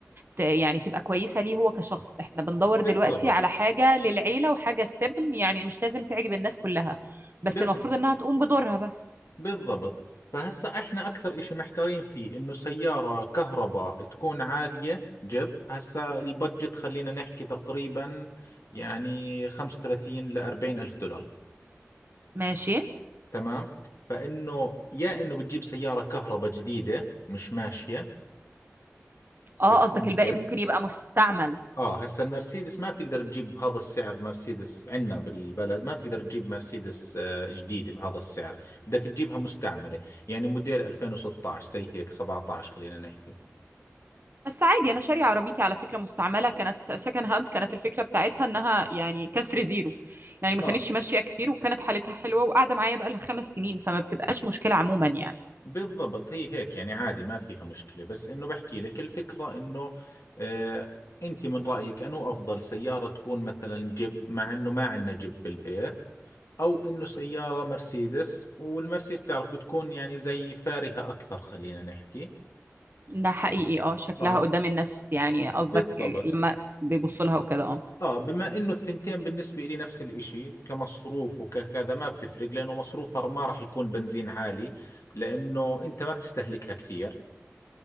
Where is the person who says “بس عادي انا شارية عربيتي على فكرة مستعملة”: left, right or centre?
Right